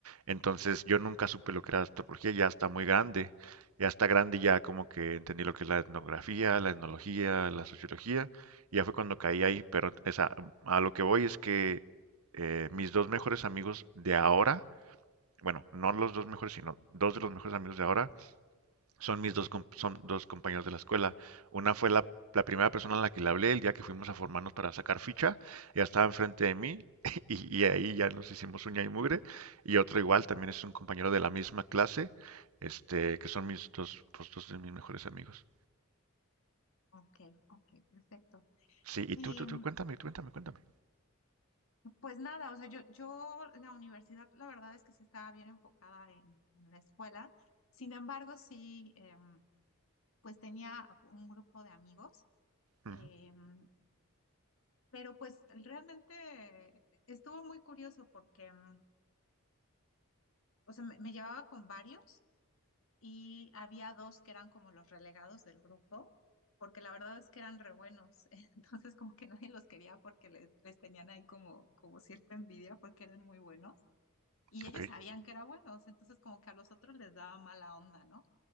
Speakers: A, on the right; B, on the left.
A: Entonces yo nunca supe lo que era antropología, ya está muy grande. Ya está grande, ya como que entendí lo que es la etnografía, la etnología, la sociología y ya fue cuando caí ahí, pero esa, a lo que voy es que eh, mis dos mejores amigos de ahora, bueno, no los dos mejores, sino dos de los mejores amigos de ahora, son mis dos, com- son dos compañeros de la escuela. Una fue la, la primera persona a la que le hablé el día que fuimos a formarnos para sacar ficha, ya estaba enfrente de mí <laughs> y, y ahí ya nos hicimos uña y mugre. Y otro igual, también es un compañero de la misma clase, este, que son mis dos, pues, dos de mis mejores amigos.
B: Ok, ok, perfecto.
A: Sí, y
B: Y
A: tú, tú, tú, cuéntame, cuéntame, cuéntame.
B: Pues nada, o sea, yo, yo la universidad, la verdad es que sí estaba bien enfocada en, en la escuela. Sin embargo, sí, em, pues tenía un grupo de amigos, em,
A: Ujú,
B: pero pues realmente estuvo muy curioso porque, em, o sea, me, me llevaba con varios y había dos que eran como los relegados del grupo, porque la verdad es que eran re buenos, <laughs> entonces como que nadie los quería porque les, les tenían ahí como, como cierta envidia porque eran muy buenos. Y ellos
A: ok,
B: sabían que era buenos, entonces como que a los otros les daba mala onda, ¿no?